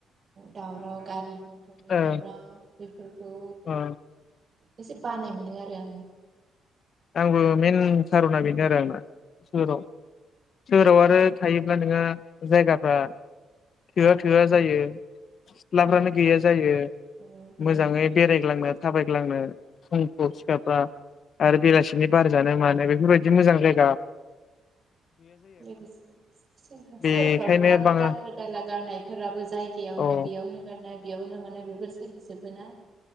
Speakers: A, on the right; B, on the left.
A: दावराव गारि मथरनि
B: ओ
A: दावराव बेफोरखौ
B: ओ
A: एसे बानाय मोनो आ रो आङो।
B: आंबो मेन खारना बेनो आरो आंना। सोहोराव सोहोराव आरो थायोब्ला नोङो जायगाफ्रा थोआ थोआ जायो। सिथ्लाफ्रानो
A: औ
B: गैया जायो
A: औ बेनो
B: मोजाङै बेरायग्लांनो थाबायग्लांनो फुं फ्राव सिखारब्ला आरो बेलासि नि बार जानो मानो बेफोर बायद दि मोजां जायग
A: लोगोसे सो-सोहो-सोहोरफ्रावथ
B: बेखायनो
A: आरो
B: बाङो
A: दाखोर दाला गारनायफोराबो जायगायावनो
B: औ
A: बेयावनो गारनाय बेयावनो माने बेफोर सोलिजोबोना।